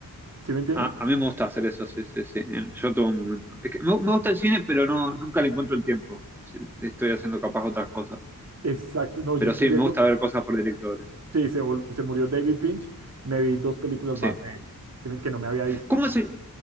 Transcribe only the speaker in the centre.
Ah, a mí me gusta hacer eso, sí, sí, sí. en- Yo todo momento. Es que me, me gusta el cine, pero no, nunca le encuentro el tiempo. Sí, Estoy haciendo capaz otras cosas.
Pero
sí,
me gusta ver cosas por directores.
Sí.
¿Cómo se...?